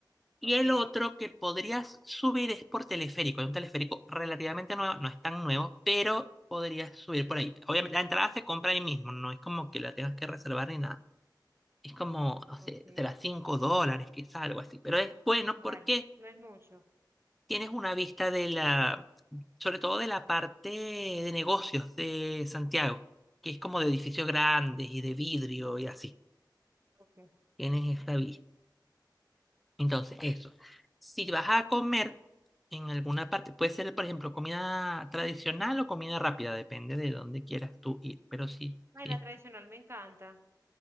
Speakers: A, in the centre; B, on the right (about 30°).
A: Y
B: Ok,
A: el otro que podrías subir es por teleférico, es un teleférico relativamente nuevo, no es tan nuevo, pero podrías subir por ahí. Obviamente, la entrada se compra ahí mismo, no es como que la tengas que reservar ni nada. Es como, o
B: ok,
A: sea, será 5 dólares, quizá algo así, pero es bueno
B: vale.
A: porque
B: No es mucho.
A: tienes una vista de la, sobre todo de la parte de negocios de Santiago, que es como de edificios grandes y de vidrio y así.
B: Okay.
A: Tienes esta vista. Entonces, eso. Si vas a comer en alguna parte, puede ser, por ejemplo, comida tradicional o comida rápida, depende de dónde quieras tú ir. Pero sí,
B: Ay,
A: si
B: la
A: es
B: tradicional me encanta.